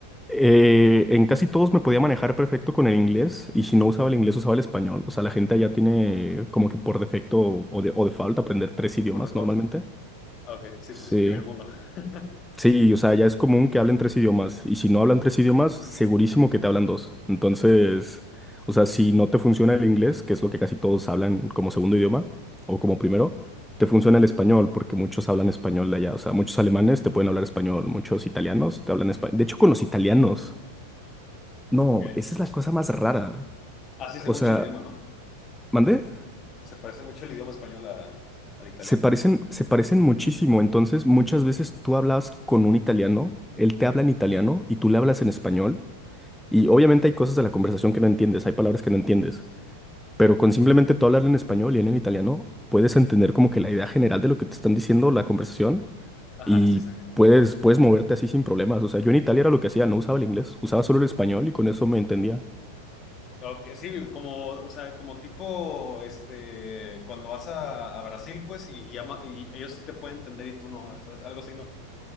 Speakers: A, in the centre; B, on the left.
A: Eh, en casi todos me podía manejar perfecto con el inglés y si no usaba el inglés usaba el español. O sea, la gente allá tiene como que por defecto o de, o de falta aprender tres idiomas
B: por default.
A: normalmente.
B: Ah, ok, sí,
A: Sí.
B: pues el primer mundo. <laughs>
A: Sí, o sea, ya es común que hablen tres idiomas y si no hablan tres idiomas, segurísimo que te hablan dos. Entonces, o sea, si no te funciona el inglés, que es lo que casi todos hablan como segundo idioma o como primero, te funciona el español porque muchos hablan español de allá. O sea, muchos alemanes te pueden hablar español, muchos italianos te hablan español. De hecho, con los italianos. No,
B: Ok.
A: esa es la cosa más rara.
B: así se
A: O
B: mucho
A: sea,
B: el idioma, ¿no?
A: ¿mandé?
B: Se parece mucho el idioma español a- al italiano.
A: Se parecen, se parecen muchísimo. Entonces, muchas veces tú hablas con un italiano, él te habla en italiano y tú le hablas en español. Y obviamente hay cosas de la conversación que no entiendes, hay palabras que no entiendes. Pero con simplemente tú hablarle en español y él en italiano, puedes entender como que la idea general de lo que te están diciendo, la conversación,
B: Ajá,
A: y
B: sí, sí, sí.
A: puedes, puedes moverte así sin problemas. O sea, yo en Italia era lo que hacía, no usaba el inglés, usaba solo el español y con eso me entendía.
B: Ok, sí, como, o sea, como tipo, este, cuando vas a, a Brasil, pues, y, llama- y ellos sí te pueden entender y tú no, ¿sabes? Algo así, ¿no?